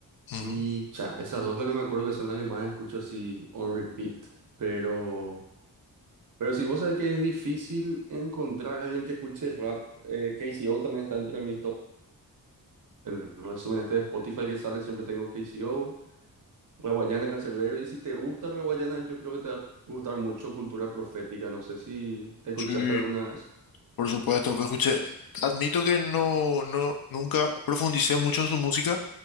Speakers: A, on the left; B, on the right.
A: ujú.
B: Y cha, esas dos las que me acuerdo que son las que más escucho así on repeat. Pero, pero si vos sabés que es difícil encontrar a alguien que escuche rap, eh, KCO también está entre mis top. El resumen este de Spotify que sale siempre tengo KCO. Raguayana, Cancerbero, y si te gusta Raguayana, yo creo que te va a gustar mucho Cultura Profética, no sé si escuchaste
A: Sí,
B: alguna vez.
A: por supuesto que escuché. Admito que no, no, nunca profundicé mucho en su música,